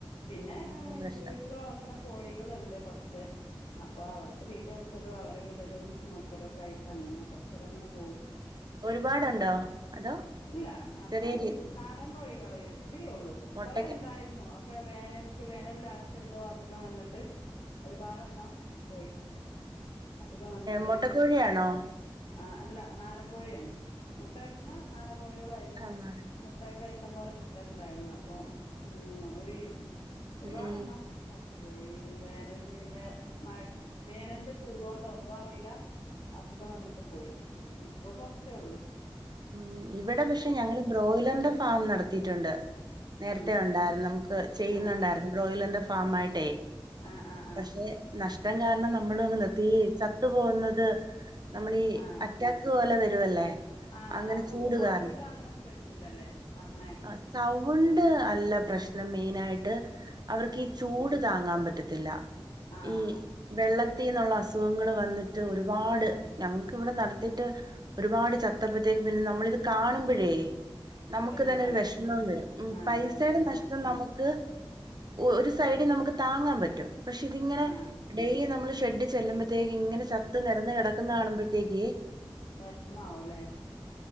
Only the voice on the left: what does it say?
പിന്നെ
ഏഹ്
വീട്ടില് വളർത്തണ കോഴികളെണ്ട് കൊർത്ത് അപ്പൊ അവർക്ക് തീറ്റ കൊടുക്കലും അവരെ വിടലും നോക്കലും ഒക്കെ ആയിട്ട് അങ്ങനെ കൊറച്ചേരങ്ങനെ പോവും
ഇല്ല നമ്മളെ
വീട്ടിൽ നാടൻ കോഴി കള് ഇത്തിരി ഒള്ളൂ
കൊറേ ഇണ്ടായിരുന്നു ഒക്കെ വേനൽക്ക് വേനൽ ലാസ് റ്റ് എന്തോ അസുഖം വന്നിട്ട് ഒരുപാട് എണ്ണം പോയി. അസുഖം വന്നിട്ട്
ഉം. ആ അല്ല നാടൻ കോഴിയാണ് മുട്ടയിടുന്ന നാടൻ കോഴികളായിരുന്നു
മുട്ടയൊക്കെ ഇഷ്ട്ടം പോലെ കിട്ടലിണ്ടായിരുന്നു അപ്പം ഉം ഒര് ഒരുപാടെണ്ണം
ച ത്ത് ‌ പോയി വേനല് വേ മഴ വേനൽന്റെ ചൂടോണ്ട് എന്താ അറിയില്ല അസുഖം വന്നിട്ട് പോയി ഇപ്പ കൊറച്ചേ ഉള്ളു.
ഉം
ആ
ആ ആ ആ
ആ
ആ
അവർക്ക്
സൗണ്ട്
അങ്ങനെയൊന്നും പറ്റില്ല അല്ലേ പറഞ്ഞ
ആ ആ
എടങ്ങേറാല്ലേ
ആഹ്
വെഷമാണ്
ആഹ്
വെഷമാവു അല്ലെ